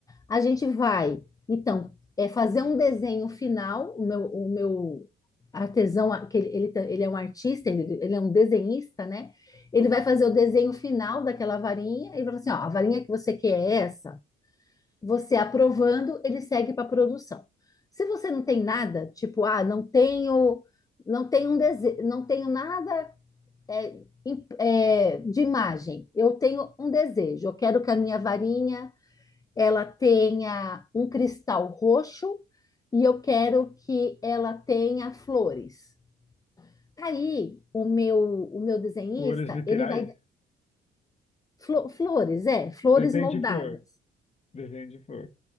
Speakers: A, on the left; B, on the left.
A: a gente vai, então, é fazer um desenho final, o meu, o meu artesão, que ele, ele, tá- ele é um artista, ele, ele é um desenhista, né? Ele vai fazer o desenho final daquela varinha e vai falar assim, ó, a varinha que você quer é essa. Você aprovando, ele segue para produção. Se você não tem nada, tipo, ah, não tenho, não tenho um desejo, não tenho nada é, em- é, de imagem. Eu tenho um desejo, eu quero que a minha varinha ela tenha um cristal roxo e eu quero que ela tenha flores. Tá Aí o meu o meu desenhista,
B: Cores literais?
A: ele vai flo- flores, é, flores
B: Desenho
A: moldadas.
B: de flor. Desenho de flor.